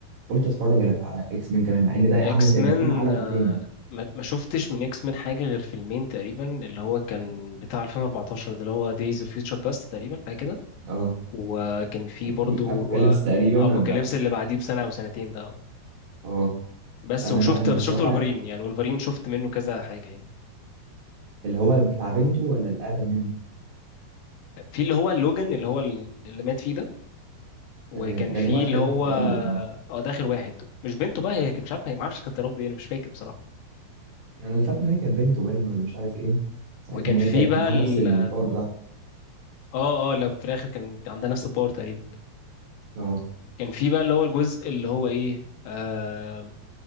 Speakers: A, on the right; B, on the left.
A: قلت اتفرج على على اكس مان كمان مع ان ده
B: اكس
A: عامل زي
B: مان
A: ما يكون عالم
B: آه،
A: تاني
B: ما ما شفتش من اكس مان حاجه غير فيلمين تقريبا اللي هو كان بتاع 2014 ده اللي هو دايز اوف فيوتشر باست تقريبا حاجه كده
A: اه
B: وكان في
A: وفي
B: برضو
A: ابوكاليبس
B: آه،
A: تقريبا
B: ابوكاليبس
A: ولا
B: اللي بعديه بسنه او سنتين ده آه.
A: اه
B: بس
A: انا
B: وشفت
A: لا انا
B: بس
A: الصراحه
B: شفت ولفرين يعني ولفرين شفت منه كذا حاجه يعني
A: اللي هو بتاع بنته ولا الاقدم منه
B: في اللي هو لوجان اللي هو اللي مات فيه ده وكان
A: تمام ده
B: في
A: اللي هو اخر
B: اللي
A: واحد
B: هو
A: تقريبا اه
B: اه ده اخر واحد مش بنته بقى هي كان مش عارف هي ما اعرفش كانت يا رب ايه انا مش فاكر بصراحه
A: انا اللي فاكر ان هي كانت بنته باين ولا مش عارف ايه ساعتها
B: وكان
A: ان هي
B: في
A: كانت
B: بقى
A: معاه
B: ال...
A: نفس الباور بتاعته
B: اه اه لو في الاخر كان عندها نفس الباور تقريبا
A: اه
B: كان في بقى اللي هو الجزء اللي هو ايه آه